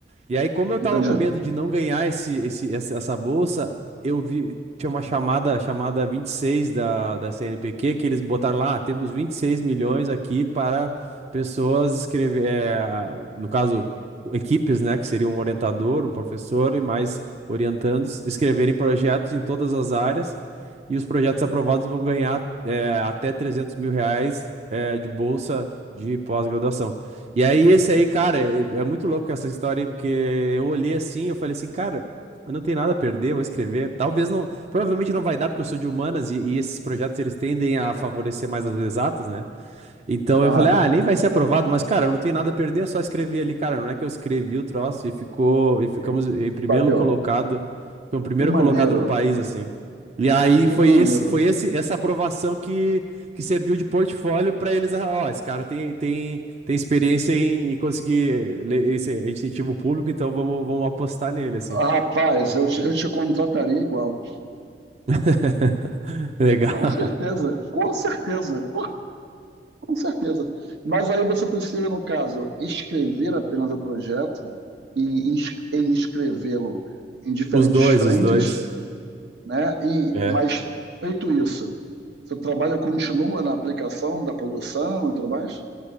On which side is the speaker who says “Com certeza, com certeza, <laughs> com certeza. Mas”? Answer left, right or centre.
Right